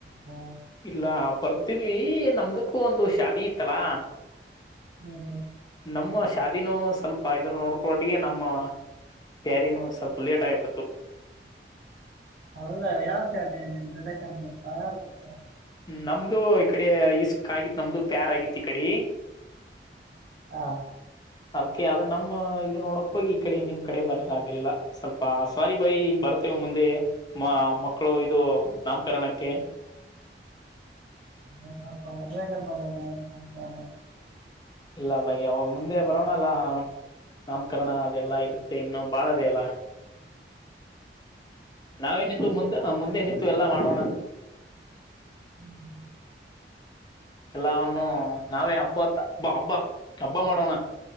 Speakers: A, on the right (about 60°); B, on the left (about 25°).
A: ಹ್ಮ್.
B: ಇಲ್ಲ ಬರ್ತಿದ್ವಿ ನಮ್ದಕ್ಕೂ ಒಂದು ಶಾದಿ ಇತ್ತಲಾ.
A: ಹ್ಮ್ ಹ್ಮ್
B: ನಮ್ಮು ಶಾದಿನೂ ಸ್ವಲ್ಪ ಇದುನ್ನು ನೋಡ್ಕೊಟ್ಟಿಗೆ ನಮ್ಮ. ಪ್ಯಾರಿನೂ ಸ್ವಲ್ಪ ಲೇಟ್ ಆಗಿಬಿಡ್ತು.
A: ಅಲ್ಲ ಯಾರ್ ಶಾದಿ ನಿಮ್ದು ರಿಲೇಶನಲಿತ್ತ ಯಾರ್ದ ಇತ್ತ.
B: ನಮ್ದು ಈಕಡೆ ಇಸ್ಕ್ ಆಗಿತ್ತ ನಮ್ದು ಪ್ಯಾರ ಆಗಿತ್ತು ಈಕಡಿ.
A: ಹಾ
B: ಅದಕ್ಕೆ ಅದ ನಮ್ಮ ಇದ ನೋಡಕ್ ಹೋಗಿ ಈ ಕಡೆ ನಿಮ್ ಕಡೆ ಬರೋದಾಗ್ಲಿಲ್ಲ ಸ್ವಲ್ಪ ಸ್ವಾರಿ ಭೈ ಬ ಬರ್ತೇವ್ ಮುಂದೆ ಮ ಮಕ್ಕಳು ಇದು ನಾಮಕರಣಕ್ಕೆ.
A: ಏನೋಪ್ಪಾ ಮದ್ವೆಗೆ ಬರ್ಲಿಲ್ಲ ಇನ್ ನಾಮಕರಣ
B: ಇಲ್ಲ ಭೈ ಅವಾಗ ಮುಂದೆ ಬರೋಣಲ್ಲ ನಾಮಕರಣ ಅದೆಲ್ಲಾ ಇರುತ್ತೆ ಇನ್ನು ಬಾಳದೇ ಏಲ್ಲ. ನಾವೇ ನಿಂದು ಮುಂದ ಮುಂದೆ ನಿಂತು ಎಲ್ಲಾ ಮಾಡೋಣ.
A: ಹ್ಮ್
B: ಎಲ್ಲಾವನ್ನು ನಾವೇ ಹಬ್ಬತ್ ಹಬ್ಬ ಹಬ್ಬ ಹಬ್ಬ ಮಾಡೋಣ.